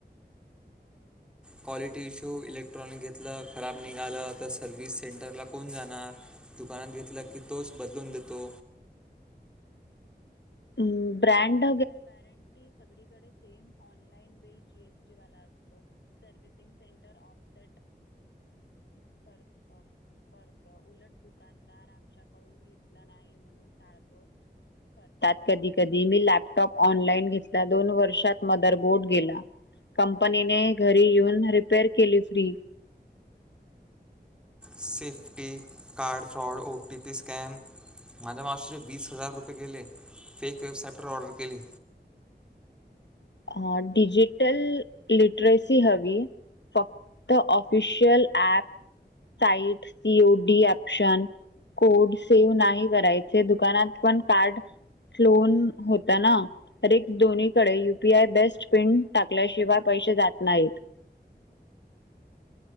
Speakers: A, in the centre; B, on the left.
A: क्वालिटी इश्यू. इलेक्ट्रॉनिक घेतलं, खराब निघालं तर सर्व्हिस सेंटरला कोण जाणार? दुकानात घेतलं की तोच बदलून देतो.
B: ब्रँड <unintelligible> कधी कधी मी लॅपटॉप ऑनलाईन घेतला. दोन वर्षात मदर बोर्ड गेला, कंपनीने घरी येऊन रिपेअर केला.
A: Safety, card fraud, O T P scam माझ्या मावशीचे वीस हजार रुपये गेले. फेक वेबसाईटवर ऑर्डर केली.
B: अ डिजिटल लिटरसी हवी फक्त ऑफिशियल ऍप साईट <unintelligible> <unintelligible>